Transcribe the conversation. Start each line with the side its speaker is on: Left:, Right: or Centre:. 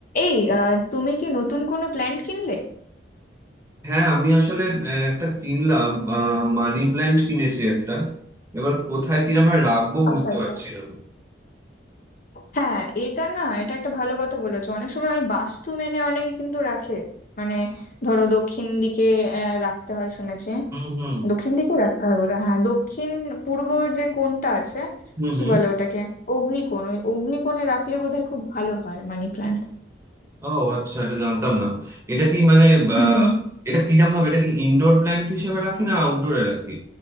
Left: এই আহ, তুমি কি নতুন কোনো প্ল্যান্ট কিনলে
Right: হ্যাঁ আমি আসলে আহ, একটা কিনলাম মানি প্ল্যান্ট কিনেছি একটা এবার কোথায় কিরমে রাখবো
Left: আচ্ছা
Right: বুঝতে
Left: আচ্ছা
Right: পারছি না
Left: হ্যাঁ এটা না এটা একটা ভালো কথা বলেছো অনেক সময় ওই বাস্তু মেনে অনেকে কিন্তু রাখে মানে ধরো দক্ষিণ দিকে আহ, রাখতে হয় শুনেছি
Right: হুম হুম
Left: দক্ষিণ দিকে রাখতে হয় বলে হ্যাঁ দক্ষিণ পূর্ব যে কোণটা আছে
Right: হুম
Left: কি
Right: হুম
Left: বলে ওটাকে অগ্নিকোণ ওই অগ্নিকোণে রাখলে বোধহয় খুব ভালো হয় মানি প্ল্যান্ট
Right: ও আচ্ছা এটা জানতাম না এটা কি মানে আহ,
Left: হুম
Right: এটা কিরম ভাবে এটা কি ইনডোর প্ল্যান্ট হিসেবে রাখি না আউটডোরে রাখি